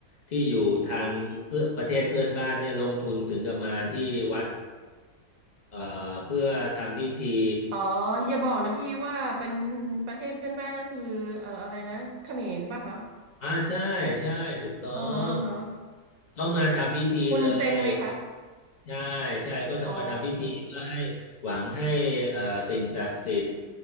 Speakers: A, on the left (about 45°); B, on the right (about 75°).
A: ที่อยู่ทางเพื่อประเทศเพื่อนบ้านเนี่ยลงทุนถึงกับมาที่วัดเอ่อเพื่อทำพิธี
B: อ๋ออย่าบอกนะพี่ว่าเป็นประเทศเพื่อนบ้านก็คือเอ่ออะไรนะเขมรป่ะคะ
A: อ่าใช่ใช่ถูกต้อง
B: อ่าฮะอ่าฮะ
A: เขามาทำพิธีเลย
B: คุณเซ็นไหมคะ
A: ใช่ใช่ก็ทำมาทำพิธีเพื่อให้หวังให้เอ่อสิ่งศักดิ์สิทธิ์
B: อ๋อ